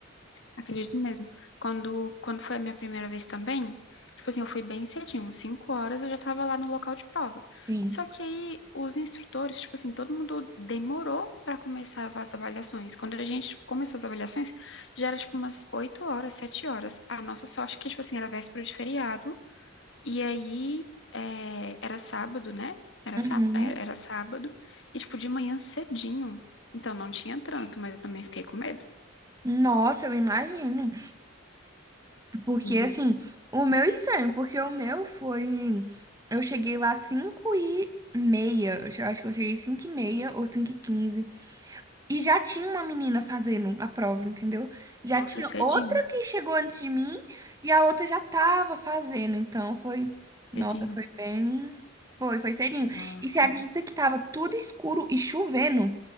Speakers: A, on the left; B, on the right.
A: acredito mesmo. Quando, quando foi a minha primeira vez também, tipo assim, eu fui bem cedinho, 5 horas eu já tava lá no local de prova.
B: Sim.
A: Só que aí os instrutores, tipo assim, todo mundo demorou pra começar as avaliações. Quando a gente tipo, começou as avaliações, já era tipo umas 8 horas, 7 horas. A nossa sorte é que, tipo assim, era véspera de feriado. E aí, é, era sábado, né? Era
B: Uhum.
A: sábado, era sábado, e tipo, de manhã cedinho. Então não tinha trânsito, mas eu também fiquei com medo.
B: Nossa, eu imagino. Porque,
A: Sim.
B: assim, o meu é estranho, porque o meu foi. Eu cheguei lá 5 e meia. Eu che- acho que eu cheguei 5 e meia ou 5 e quinze E já tinha uma menina fazendo a prova, entendeu? Já
A: Nossa,
B: tinha
A: cedinho,
B: outra que chegou antes de mim e a outra já tava fazendo. Então foi. Nossa,
A: cedinho.
B: foi bem. Foi, foi cedinho.
A: Nossa,
B: E você acredita que tava tudo escuro e chovendo?